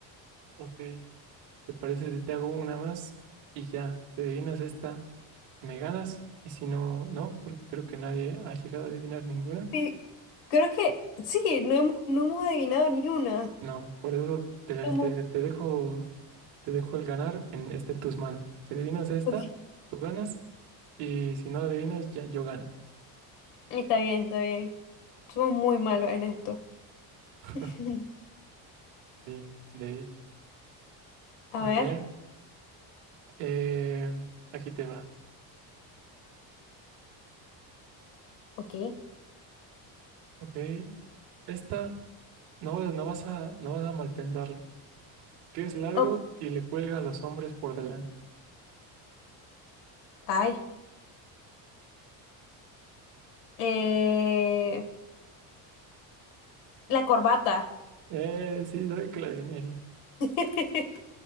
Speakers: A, on the right; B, on the left.
A: Ok, ¿te parece si te hago una más y ya? Si adivinas esta, me ganas y si no, no, porque creo que nadie ha llegado a adivinar ninguna.
B: Sí, creo que sí, no hemos, no hemos adivinado ni una.
A: No, por eso te,
B: Somos-
A: te- te dejo, te dejo el ganar en, está en tus manos. Si adivinas esta,
B: ok,
A: tú ganas y si no la adivinas, ya yo gano.
B: Está bien, está bien. Somos muy malos en esto.
A: <laughs>
B: <laughs>
A: Sí, de hecho.
B: A
A: A
B: ver,
A: ver, eh, aquí te va.
B: ok.
A: Ok, esta no, no vas a, no vas a mal pensarlo. que es largo
B: Oh,
A: y le cuelga a los hombres por delante.
B: ay, eh, la corbata.
A: Eh, sí, sabía que la adivinaría.
B: <laughs>